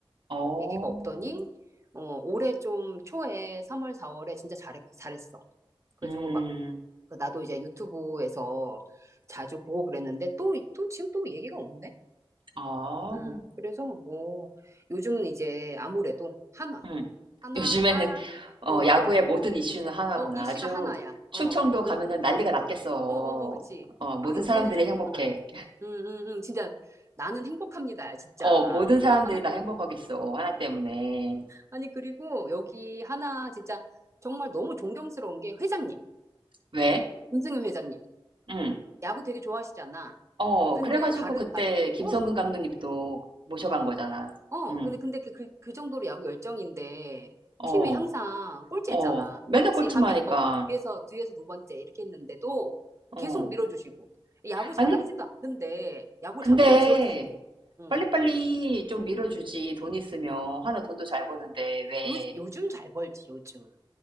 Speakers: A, on the right; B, on the right.
A: 어,
B: 얘기가 없더니 어, 올해 좀 초에 3월, 4월에 진짜 잘했, 잘했어. 그래가지고
A: 음,
B: 막 그 나도 이제 유튜브에서 자주 보고 그랬는데 또, 또 지금 또 얘기가 없네.
A: 어.
B: 음, 그래서 뭐 요즘은 이제 아무래도 한화,
A: 음.
B: 한화가
A: 요즘에는 어,
B: 어,
A: 야구의 모든 이슈는 하나구나.
B: 어, 이슈가
A: 아주
B: 한화야.
A: 충청도
B: 어, 이 노,
A: 가면은 난리가 났겠어.
B: 어, 어, 어, 그치.
A: 어, 모든
B: 아, 여기는
A: 사람들이
B: 정말,
A: 행복해.
B: 음, 음, 음, 진짜 나는 행복합니다, 진짜.
A: 어, 모든 사람들이
B: 하나,
A: 다 행복하겠어. 하나 때문에.
B: 아니, 그리고 여기 하나 진짜 정말 너무 존경스러운 게 회장님.
A: 왜?
B: 문승윤 회장님,
A: 응.
B: 야구 되게 좋아하시잖아.
A: 어,
B: 근데
A: 그래가지고
B: 다른
A: 그때
B: 바,
A: 김성근
B: 어,
A: 감독님도 모셔간
B: 어,
A: 거잖아.
B: 어.
A: 응.
B: 근데 근데 그, 그, 그 정도로 야구 열정인데
A: 어,
B: 팀이 항상 꼴찌했잖아.
A: 어. 맨날
B: 꼴찌
A: 꼴찌만
B: 하위권
A: 하니까.
B: 막 뒤에서 뒤에서 두 번째 이렇게 했는데도
A: 어.
B: 계속 밀어주시고 야구 잘하지도
A: 아니,
B: 않는데 야구장도
A: 근데
B: 지어주시고. 응.
A: 빨리빨리 좀 밀어주지. 돈 있으면. 하나 돈도 잘 버는데. 왜?
B: 요, 요즘 잘 벌지 요즘.